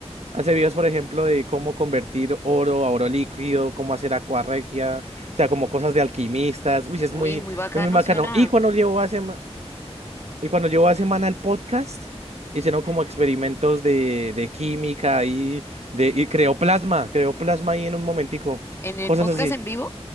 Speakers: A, on the right; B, on the left.
A: hace videos, por ejemplo, de cómo convertir oro a oro líquido, cómo hacer acuarregia, o sea, como cosas de alquimistas, uy, es
B: Uy,
A: muy,
B: muy bacano
A: es muy bacano.
B: suena.
A: Y cuando llevó hace, y cuando llevo a semana el podcast, hicieron
B: Ujú.
A: como experimentos de, de química y, de, y creó plasma, creó plasma ahí en un momentico,
B: ¿En el
A: cosas
B: podcast
A: así.
B: en vivo?